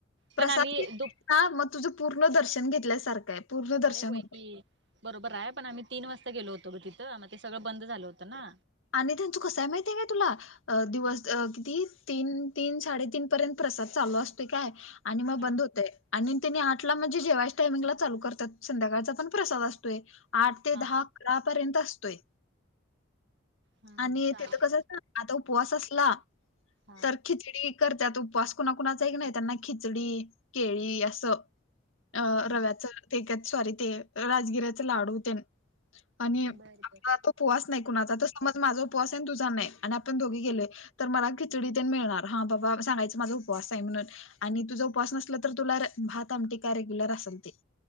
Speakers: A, on the left (about 80°); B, on the right (about 55°).
A: प्रसाद
B: पण आम्ही
A: घ
B: दुप
A: हा मग तुझं पूर्ण दर्शन घेतल्यासारखं आहे. पूर्ण दर्शन
B: अरे होय की बरोबर आहे. पण आम्ही तीन वाजता गेलो होतो ग तिथं. मग ते सगळं बंद झालं होतं ना?
A: आणि त्यांचं कसंय माहितीय काय तुला? अ दिवस
B: हा
A: किती तीन तीन साडेतीन पर्यंत प्रसाद चालू असतोय काय? आणि मग
B: हा
A: बंद होतय. आणि त्यांनी आठ ला म्हणजे जे वायच्या टायमिंगला चालू करतात संध्याकाळचा पण प्रसाद असतोय. आठ ते
B: हा
A: दहा - अकरा पर्यंत असतोय.
B: हम्म
A: आणि
B: हम्म चालते
A: तेथ कसं आता उपवास असला
B: हा
A: तर खिचडी करत्यात उपवास कुणा -कुणाचाही की नाही त्यांना खिचडी केळी असं अ
B: बर
A: रव्याच ते क सॉरी ते राजगिऱ्याच लाडू तेन आणि
B: बर
A: आपला
B: बर
A: आता उपवास नाही कुणाचा? तर समज माझा उपवास आहे आणि तुझा नाही आणि आपण दोघी गेलोय तर मला खिचडी तेन मिळणार हा बाबा सांगायचं माझा उपवास आहे म्हणून आणि तुझं उपवास नसला तर तुला भात आमटी काय रेग्युलर असेल ते.